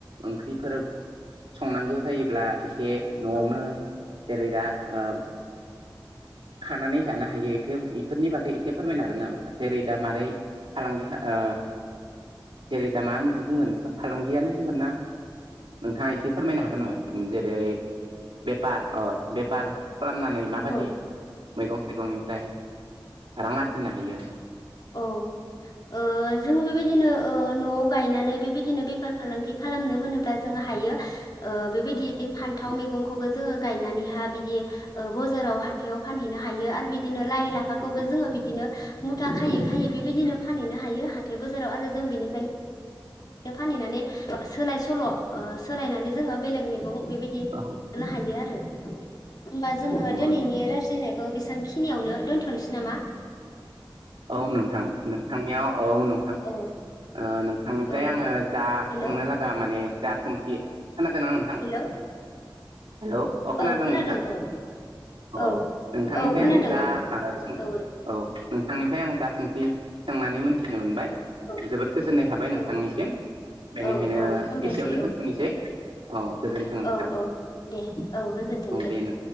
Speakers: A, on the right; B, on the left.
A: ओंख्रिफोर संनांगौ जायोब्ला इसे न'आवनो
B: औ
A: जेरै दा ओ खानानै जानो हायो बेफोर इफोरनि बागै इसे फोरमायनो हागोन नामा जेरै दा मारै फालांगि ओ जेरै दामा <unintelligible> फालांगियानो बुंगोन ना नोंथाङा इसे फोरमायनो हागोन नामा? जेरै बेफार अ बेफार खालामनानै माबादि
B: औ
A: मैगं थाइगंनिफ्राय रां आरजिनो हायो?
B: औ ओ जों बेबा दिनो ओ न'आव गायनानै बेबायदिनो बेफार फालांगि खालामनो होनोब्ला जों हायो ओ बेबादि बे फान्थाव
A: औ
B: मैगंखौबो जोङो गायनानैहा बिदि ओ बजाराव हाथायाव फानहैनो हायो आरो बिद बिदिनो लाइ लाफाखौबो
A: औ
B: जोङो बिदिनो मु था खायै खायै बेबायदिनो फानहैनो हायो हाथाय बाजाराव आरो जों बेनिफ्रायनो <unintelligible> फानहैनानै सोलाय सोल' ओ सोलायनानै जोङो बेलेग मे गं बेबादि
A: औ
B: हायो आरो औ। होमबा जोङो
A: नंगौ
B: दिनैनि
A: नंगौ
B: रायज्लायनायखौ बिसां खिनियावनो दोन्थ'नोसै नामा?
A: औ नोंथां नोंथांनियाव औ नोंथां
B: औ
A: ओ नोंथांनि ओमफ्राय
B: औ
A: आङो जा
B: हेलौ
A: सोंनो लागा माने जा सोंथि खोनादोंना नोंथां
B: हेलौ
A: हेल' अ खोनोदों
B: औ खोनादों
A: नोंथाङा?
B: औ
A: अ
B: औ
A: नोंथांनिफ्राय
B: औ खोनादों
A: आं जा
B: औ
A: ओ सोंथि
B: औ
A: औ ओमफ्राय आं दा सोंथि सोंनानै मोनथिनो मोनबाय
B: औ
A: जोबोद गोजोननाय थाबाय नोंथांनिसिम।
B: औ
A: बेनिखायनो
B: औ औ हामबायसै
A: एसेयावनो
B: औ
A: दोनथ'नोसै औ गोजोनथों नोंथां।
B: औ औ दे औ गोजोनथों
A: औ
B: दे।
A: नों